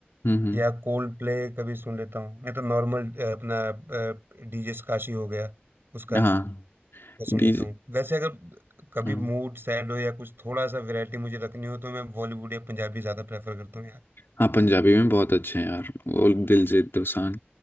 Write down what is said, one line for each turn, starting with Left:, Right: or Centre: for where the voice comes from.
Left: हम्म हम्म
Right: या कोल्ड प्ले कभी सुन लेता हूँ या तो नॉर्मल अपना डीजे काशी हो गया उसका
Left: हाँ
Right: मैं सुन
Left: डीजे
Right: लेता हूँ वैसे अगर कभी
Left: हाँ
Right: मूड सैड हो या कुछ थोड़ा सा वैरायटी मुझे रखनी हो तो मैं बॉलीवुड या पंजाबी ज़्यादा प्रेफर करता हूँ यार
Left: हाँ, पंजाबी में बहुत अच्छे हैं यार वो दिलजीत दोसांझ